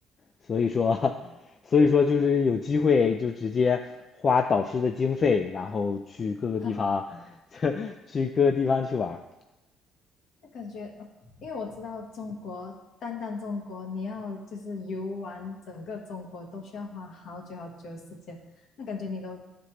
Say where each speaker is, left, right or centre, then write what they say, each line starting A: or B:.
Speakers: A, on the left (about 45°); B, on the left (about 70°).
A: 所以说，所以说就是有机会就直接花导师的经费，然后去各个地方，
B: <laughs>
A: <laughs> 去各个地方去玩儿
B: 那感觉，呃因为我知道中国，单单中国，你要就是游玩整个中国都需要花好久好久的时间。那感觉你都，